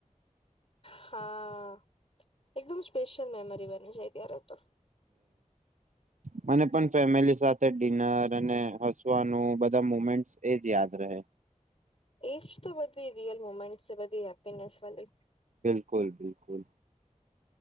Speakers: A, on the left (about 50°); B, on the right (about 70°).
A: હા એકદમ સ્પેશિયલ મેમરી બને છે, અ ત્યારે તો.
B: મને પણ ફેમિલી સાથે ડિનર અને હસવાનું મુમેન્ટ એ જ યાદ રહે.
A: એજ તો બધી રિયલ મુમેન્ટ છે બધી હેપીનેસ વા.
B: બિલકુલ બિલકુલ.